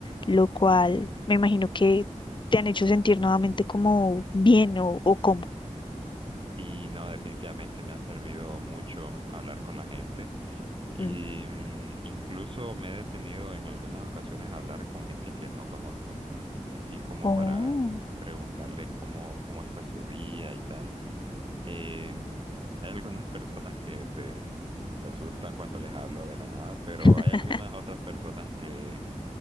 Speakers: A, on the left; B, on the right.
A: lo cual me imagino que te han hecho sentir nuevamente como bien o, o como.
B: Y no, definitivamente me ha servido mucho hablar con la gente. Y
A: mm.
B: mm, incluso me he detenido en algunas ocasiones a hablar con gente que no conozco, así como
A: Oh.
B: para preguntarles cómo, cómo está su día y tal. Eh, hay algunas personas que se, se asustan cuando les hablo de la nada, pero
A: <laughs>
B: hay algunas otras personas que,